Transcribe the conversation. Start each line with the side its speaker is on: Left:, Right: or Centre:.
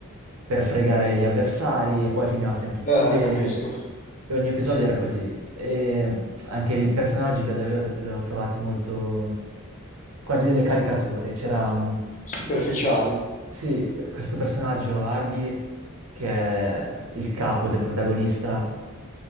Right: per fregare gli avversari e poi finiva sempre tutto
Left: Ah,
Right: bene.
Left: capisco.
Right: E ogni episodio
Left: Sì.
Right: era così. E anche i personaggi li ho, davvero- li ho trovati molto, quasi delle caricature. C'era un-
Left: Superficiali. <laughs>
Right: sì, eh, questo personaggio Harvey, che è il capo del protagonista,